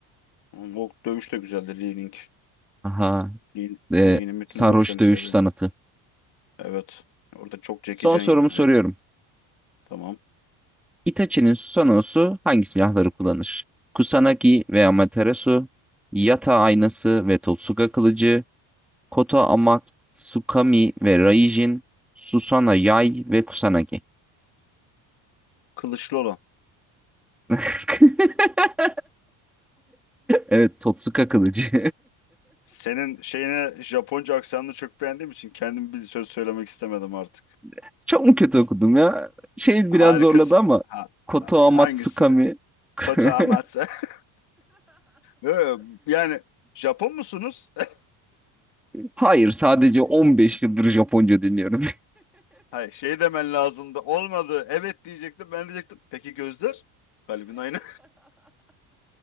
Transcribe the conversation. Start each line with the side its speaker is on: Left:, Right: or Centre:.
Left: Hmm, O dövüş de güzeldi Lee Ling.
Centre: Aha.
Left: Lee,
Centre: E,
Left: Lee'nin bütün
Centre: sarhoş
Left: dövüşlerini
Centre: dövüş
Left: seviyorum.
Centre: sanatı.
Left: Evet. Orada çok çekecen
Centre: Son sorumu
Left: ya
Centre: soruyorum.
Left: herif. Tamam.
Centre: Itachi'nin Susanoo'su hangi silahları kullanır? Kusanagi ve Amaterasu, Yata aynası ve Totsuka kılıcı, Koto Amatsukami ve Raijin, Susana Yay ve Kusanagi.
Left: Kılıçlı olan.
Centre: <laughs> Evet, Totsuka kılıcı.
Left: Senin şeyine Japonca aksanını çok beğendiğim için kendim bir söz söylemek istemedim artık.
Centre: <laughs> Çok mu kötü okudum ya? Şey
Left: Harikasın.
Centre: biraz zorladı ama
Left: Ha,
Centre: Koto Amatsukami.
Left: e, hangisi?
Centre: <laughs>
Left: Koto Amatsu. <laughs> Ee, Yani Japon musunuz? <laughs>
Centre: Hayır, sadece 15 yıldır Japonca dinliyorum.
Left: Hayır, şey demen lazımdı. Olmadı. Evet diyecektim. Ben diyecektim. Peki gözler? Kalbin aynı.